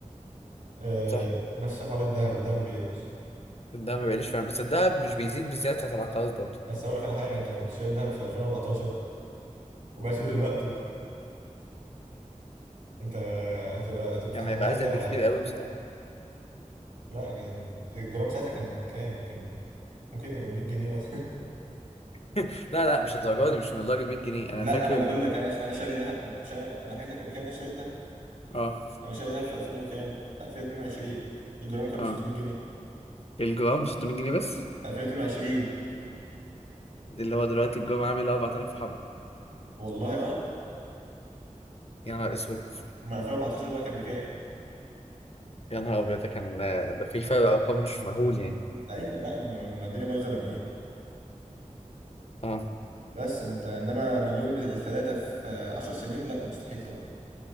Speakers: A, on the right; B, on the left.
A: آه
B: صح
A: نفس حوار الذهب الذهب ما بيقلش
B: الدهب ما بيقلش فعلا بس الدهب مش بيزيد بالزياده بتاعت العقارات برضه
A: بس اقول لك على حاجه انت لو كنت شاري الذهب في 2014 وبعته دلوقتي انت هتبقى هتفتح
B: يعني
A: محل
B: هيبقى ازيد
A: ذهب
B: بكتير
A: عادي
B: قوي بصراحه
A: لا كان الجرام ساعتها كان كام كان ممكن يبقى 100 جنيه مثلا
B: <laughs> لا لا مش الدرجه دي مش من لدرجه 100 جنيه
A: <laughs>
B: انا
A: لا
B: فاكر
A: انا بقول
B: ان
A: لك انا انا شاري ذهب من- شا... انا حكيت لك قبل كده إن انا شاري ذهب
B: اه
A: انا شاري ذهب في 2000 وكام في 2022 الجرام كان
B: اه
A: ب 600 جنيه
B: الجرام ب 600 جنيه بس
A: في 2022
B: اللي هو دلوقتي الجرام عامل 4000 حبه
A: والله اه
B: يا نهار اسود
A: ما 2014 بقى كان بكام
B: يا نهار ابيض ده كان ده في فرق ارقام مش مهول يعني
A: ده ايوه لا ما ما الدنيا بايظه من ايه
B: اه
A: بس انت انما مليون ثلاثه في 10 سنين لا مستحيل طبعا